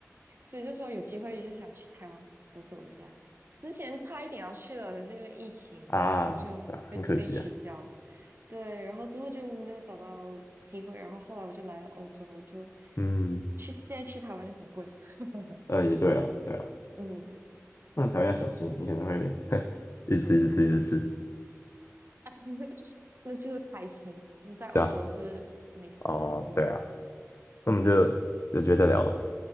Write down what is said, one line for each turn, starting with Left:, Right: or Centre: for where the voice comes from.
Right: 所以就说有机会就想去台湾走走一下。之前差一点要去了，可是因为疫情，
Left: 啊，
Right: 然后就飞机被取消。
Left: 对啊，很可惜啊。
Right: 对，然后之后就没有找到机会，然后后来我就来了欧洲，就
Left: 嗯，
Right: 去现在去台湾就很贵。<laughs>
Left: 呃，也对啊，对啊，
Right: 嗯，
Left: 那条要小心，你可能会 <laughs> 一直吃一直吃一直吃，
Right: <laughs> 那就是开心。那在欧洲是美食荒漠。
Left: 对啊，哦，对啊，那我们就有机会再聊了，
Right: 嗯